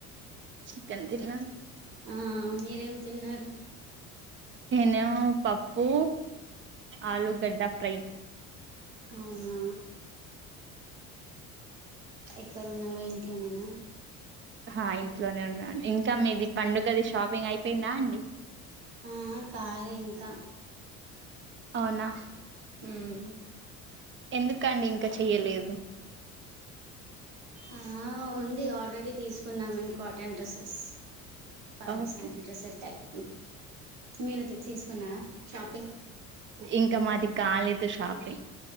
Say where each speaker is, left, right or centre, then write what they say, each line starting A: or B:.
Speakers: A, on the right; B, on the right.
A: చికెన్ తీన్
B: ఆ మీరేం తిన్నారు
A: నేను పప్పు ఆలుగడ్డ ఫ్రై
B: అవునా ఎక్కడున్నాడో ఇంట్లోనేనా
A: ఆ ఇంట్లోనే ఉన్నాను ఇంకా మీది పండుగది షాపింగ్ అయిపోయిందా అండి
B: ఆ కాలే ఇంకా
A: అవునా
B: ఉమ్
A: ఎందుకండి ఇంకా చెయ్యలేదు
B: ఆ ఉంది ఆల్రెడీ తీసుకున్నాం మేము cotton dresses Pakistani
A: okay
B: dresses type మీరు తీసుకున్నడా షాపింగ్
A: ఇంకా మాది కాలేదు షాపింగ్